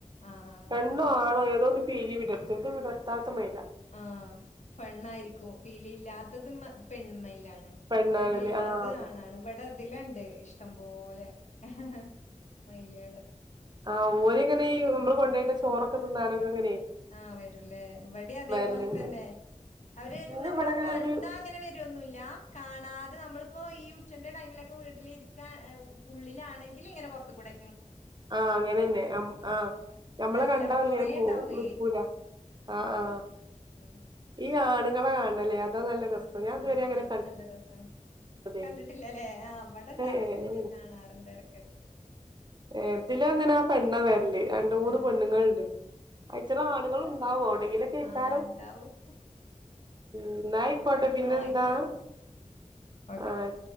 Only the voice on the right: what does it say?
പെണ്ണോ?
ആണോ? ഏതൊരു പീലി വിടർത്തി. ഇത് വിടർത്താത്ത മൈന
പെണ്ണാണ്ല്ലേ
ആഹ് അത്
ആ ഓരിങ്ങനെ ഈ നമ്മള് കൊണ്ടോയിട്ട് ചോറൊക്കെ തിന്നാനൊക്കെ അങ്ങനെ
വരല്ണ്ട്
പിന്നെ
ഇവിടെങ്ങനെ
ഒരു
ആഹ് അങ്ങനെ തന്നെ. ആ ഞമ്മളെ
കണ്ട <unintelligible>
ഒരു നക്കൂല ആഹ് ആഹ്
ഈ ആണുങ്ങളെ കാണണവല്ലേ, അതാ നല്ല രസം ഞാൻ ഇതുവരെ
അങ്ങനെ
കണ്ട്
അതെ
ഏഹ്
ഏതില് അങ്ങനെ ആ പെണ്ണ വരില്ലേ? രണ്ട് മൂന്ന്
പെണ്ണുങ്ങളുണ്ട് അച്ചതാ ആണുങ്ങളുണ്ടാവും. എവിടെങ്കിലൊ കേൾക്കാരോ
എന്നായിക്കോട്ടെ പിന്നെന്താ?
ആഹ്